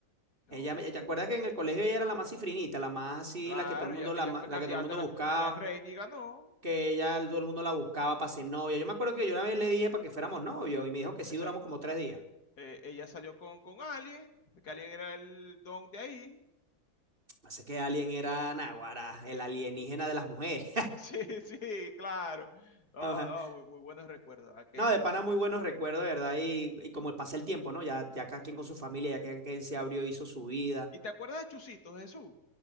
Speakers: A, on the left; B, on the right.
A: No,
B: Ella, me- ¿te acuerdas que en el colegio ella era la más cifrinita, la más así,
A: claro,
B: la que todo el
A: ya-
B: mundo,
A: ella
B: la, ma-
A: fue candidata
B: la que todo el mundo
A: de la,
B: buscaba,
A: de la reina y ganó.
B: que ella, todo el mundo la buscaba para ser novia? Yo me acuerdo que yo una vez le dije para que fuéramos novios y me dijo que
A: Esa,
B: sí duramos como tres días.
A: eh, ella salió con, con alguien, que alguien era el don de ahí. <laughs>
B: Así que Alien era Naguará, el alienígena de las mujeres.
A: Sí, sí, claro. No,
B: <laughs>
A: no, muy, muy buenos recuerdos. ¿verdad que?
B: No, de pana muy buenos recuerdos, de verdad, y, y como pasa el tiempo, ¿no? Ya, ya cada quien con su familia, ya cada quien se abrió, hizo su vida.
A: ¿Y te acuerdas de Chusito, Jesús?